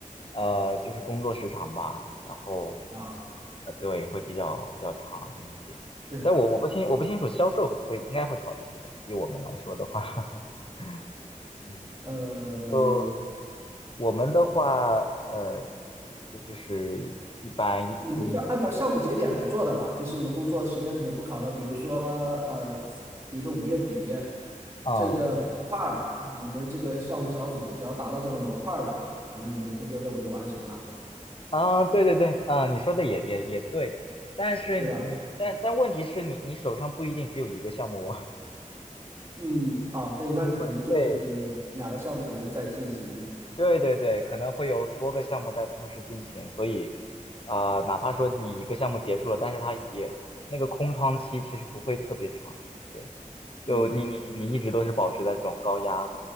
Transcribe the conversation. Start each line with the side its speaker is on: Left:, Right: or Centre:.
Left: 呃，就是工作时长吧，然后，
Right: 啊，
Left: 呃，对，会比较比较长一点。
Right: 对，
Left: 但我我不清我不清楚销售会应该会好一些吧，比我们来说的话，<laughs> 嗯，
Right: 呃，
Left: 就我们的话，呃，就就是一般一一
Right: 你们是按照项目节点来做的吧？就是你们工作时间肯定不考核，比如说呃，比如说五月底
Left: 啊
Right: 这个模块儿，你们这个项目小组只要达到这个模块儿了，可能你们的工作任务就完成了，
Left: 啊，对对对啊，你说的也也也对，但是你但但问题是你你手上不一定只有一个项目哦，
Right: 对吧？嗯，啊，对，
Left: 可能会，
Right: 那你可能就是两个项目可能在进行，
Left: 对对对对，可能会有多个项目在同时进行，所以呃，哪怕说你一个项目结束了，但是它也那个空窗期其实不会特别长，对，
Right: 嗯，
Left: 就你你你一直都是保持在这种高压